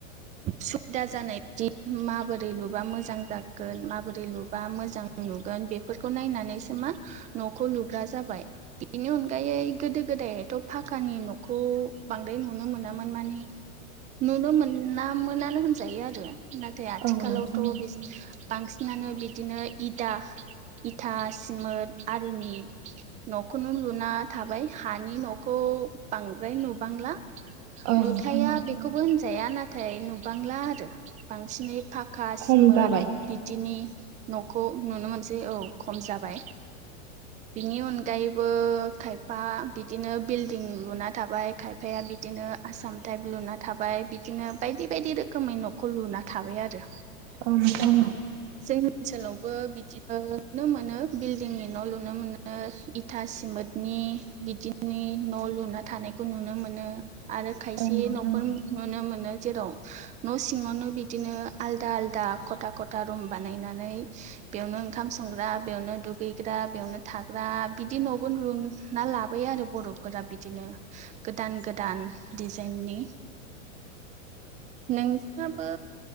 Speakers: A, on the right; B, on the right.
A: सुबिदा जानाय जि माबोरै लुबा मोजां जागोन माबोरै लुबा मोजां नुगोन बे फोरखौ नायनानैसो मा न'खौ लुग्रा जाबाय बेनि अनगायै गोदो गोदायथ' फाखानि न'खौ बांद्राय नुनो मोनामोन मानि नुनो मोना मोननो होनजायो आरो नाथाय आथिखालावथ'
B: औ नोंथां
A: बि बांसिनानो बिदिनो इदा इथा सिमोद आरिनि न'खौनो लुना थाबाय हानि न' खौ बांद्राय नुबांला
B: औ
A: नुथाया
B: नोंथां
A: बेख खौबो होनजाया नाथाय नुबांला आरो बांसिनै फा खा
B: खम
A: सिमोद
B: जाबाय
A: बिदिनि न'खौ नुनो मोनसै औ खम जाबाय बिनि अनगायैबो खायफा बिदिनो बिल्डिं लुना थाबाय खायफाया बिदिनो आसाम टाइप लुना थाबाय बिदिनो बायदि बायदि रोखोमै न'खौ लुना थाबाय आरो
B: औ नोंथां
A: जोंनि ओनसोलावबो बिदि नुनो मोनो बिल्डिंनि न' लुनो मोनो ओ इथा सिमोदनि बिदिनि न' लुना थानायखौ नुनो मोनो आरो खायसे
B: औ नोंथां
A: न'फोर नुनो मोनो जेराव न' सिङावनो बिद बिदिनो आलदा आलदा खथा खथा रुम बानायनानै बेयावनो ओंखाम संग्रा बेयावनो दुगैग्रा बेयावनो थाग्रा बिदि न'बो लुना लाबाय जों बर'फोरा बिदिनो गोदान गोदान दिडजाइननि नोंसाबो